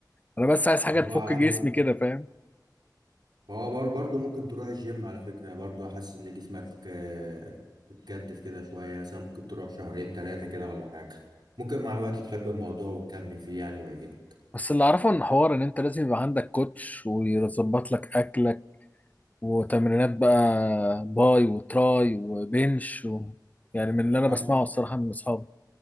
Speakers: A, on the left (about 20°); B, on the right (about 70°).
A: أنا بس عايز حاجة
B: هو
A: تفك
B: عادي
A: جسمي
B: بقى
A: كده فاهم
B: هو بر- برضه ممكن تروح الجيم على فكرة برضه حاسس إن جسمك آه، بتكتف كده شوية يعني مثلا ممكن تروح شهرين تلاتة كده ولا حاجة ممكن مع الوقت تحب الموضوع وتكمل فيه يعني ويعجبك
A: بس اللي أعرفه إن حوار إن أنت لازم يبقى عندك كوتش ويظبط لك أكلك وتمرينات بقى باي وتراي وبنش و... يعني من اللي أنا بسمعه
B: أم
A: الصراحة من أصحابي